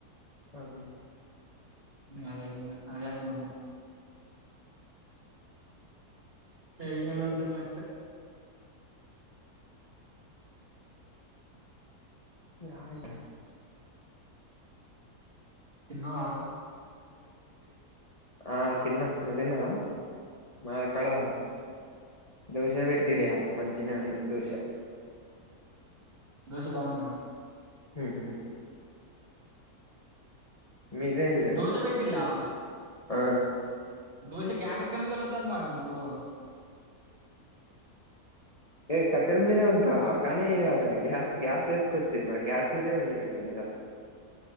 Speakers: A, on the left; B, on the right.
A: ఆ ఊ
B: ఊ అయ్యిందా అదే అనుకున్నా ఏం చెయ్యాలో అర్దం గాట్లే
A: ఏ ఆయనా
B: తిన్నావా
A: ఆ తిన్నా నువ్ తిన్నావా భయ కరంగా దోష పెట్టిర్రు
B: ఉమ్.
A: ఇయ్యాల మంచింగనే ఉంది దోష
B: దోష బావుందా
A: ఊ ఊ ఊ మీదేంటిది
B: దోషె పెట్టిల్లా
A: ఆ
B: దోసె కు గ్యాస్ ఎక్కడు నుంచి <inaudible> భాను మీకు
A: ఏ కట్టెల మీదే వండుతారు
B: ఆ
A: రా కానీ ఇగ అదే గ్యాస్ గ్యాస్ తెసుకొచ్చిరు మరి గ్యాస్ మీదే వండినట్టున్నారు